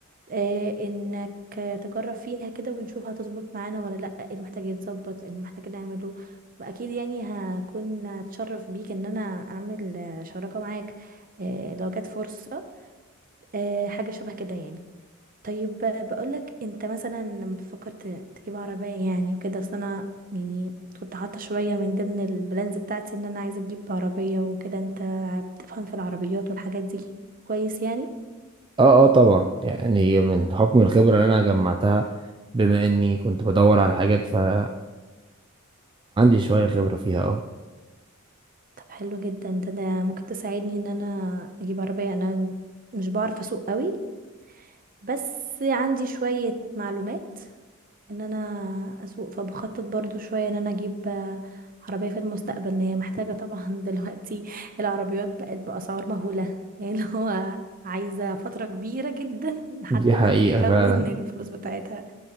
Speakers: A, on the right; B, on the right.
A: آه انك تجرب فيها كده ونشوف هتظبط معانا ولا لا ايه اللي محتاج يتظبط ايه اللي محتاج نعمله واكيد يعني هكون اتشرف بيك ان انا اعمل شراكة معاك آه لو جت فرصة آه حاجة شبه كده يعني طيب بقول لك انت مثلا لما فكرت تجيب عربية يعني وكده اصل انا يعني كنت حاطة شوية من ضمن البلانز بتاعتي ان انا عايزة اجيب عربية وكده انت بتفهم في العربيات والحاجات دي كويس يعني
B: اه اه طبعا يعني من حكم الخبرة اللي انا جمعتها بما اني كنت بدور على حاجات فعندي شوية خبرة فيها اه
A: طب حلو جدا ده ده ممكن تساعدني ان انا اجيب عربية انا مش بعرف اسوق قوي بس عندي شوية معلومات ان انا اسوق فبخطط برضو شوية ان انا اجيب آه، عربية في المستقبل ان هي محتاجة طبعا <laughs> دلوقتي العربيات بقت بأسعار مهولة يعني اللي هو عايزة فترة كبيرة جدا لحد
B: دي حقيقة
A: ما نكون
B: فعلا
A: الفلوس بتاعتها